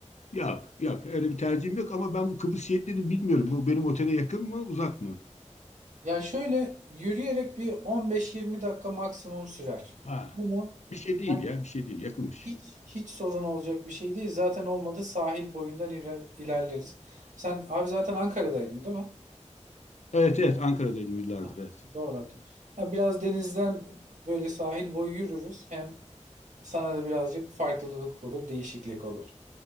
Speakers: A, on the left; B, on the right.
A: Yok, yok. Öyle bir tercihim yok ama ben bu Kıbrıs Şehitlerini bilmiyorum. Bu benim otele yakın mı, uzak mı?
B: Ya şöyle yürüyerek bir 15-20 dakika maksimum sürer.
A: Ha,
B: Ama
A: bir şey değil
B: hani
A: ya, bir şey değil. Yakınmış.
B: hiç hiç sorun olacak bir şey değil. Zaten olmadı sahil boyundan iler- ilerleriz. Sen abi zaten Ankara'daydın değil mi?
A: Evet, evet. Ankara'daydım yıllardır.
B: Ah,
A: Evet.
B: Doğru hatırlıyorum. Ha, biraz denizden böyle sahil boyu yürürüz. Hem sana da birazcık farklılık olur, değişiklik olur.